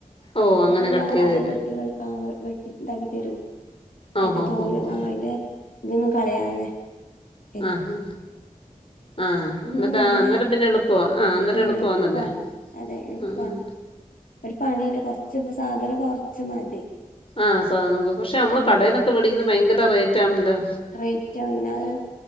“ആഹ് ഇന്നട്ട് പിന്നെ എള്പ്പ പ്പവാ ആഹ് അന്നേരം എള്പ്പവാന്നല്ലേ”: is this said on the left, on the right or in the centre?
Left